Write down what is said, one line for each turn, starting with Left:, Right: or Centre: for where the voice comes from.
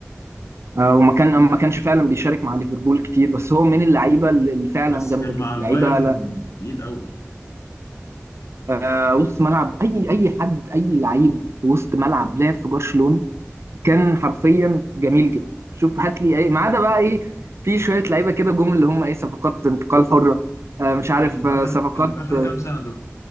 Right: آه، وما كان ما كانش فعلا بيشارك مع ليفربول كتير بس هو من اللعيبه اللي اللي فعلا
Left: بس
Right: جامده
Left: كان مع
Right: جدا
Left: البايرن
Right: لعيبه لا
Left: تقيل قوي
Right: آه، وسط ملعب اي اي حد اي لعيب في وسط ملعب لعب في برشلونه كان حرفيا جميل جدا شوف هات لي اي ما عدا بقى ايه في شويه لعيبه كده جم اللي هم ايه صفقات انتقال حره آه، مش عارف
Left: اللي في
Right: آه،
Left: اخر
Right: صفقات
Left: اللي في اخر
Right: آه،
Left: كام سنه دول